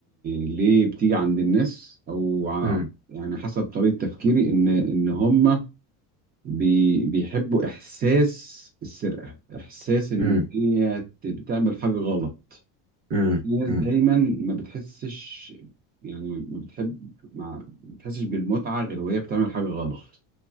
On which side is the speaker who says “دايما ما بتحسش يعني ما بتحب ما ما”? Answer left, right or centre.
Right